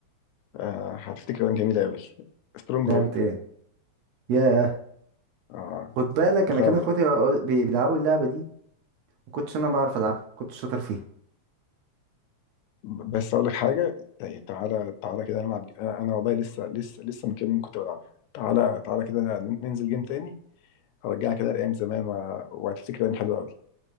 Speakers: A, on the left (about 85°); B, on the right (about 75°).
A: آه، هتفتكر ايام جميله قوي سترونج
B: لعبة
A: هولد
B: ايه ياه
A: اه
B: خد بالك
A: اللعبه
B: انا كان اخواتي بي- بيلعبوا اللعبة دي ما كنتش انا بعرف العبها كنت شاطر فيها
A: بس اقول لك حاجه يعني تعالى تعالى كده نلعب انا أنا والله لسه لسه لسه من كام يوم كنت بلعبها تعالى تعالى كده ننزل جيم تاني هرجعك كده لايام زمان و- وهتفتكر ايام حلوه قوي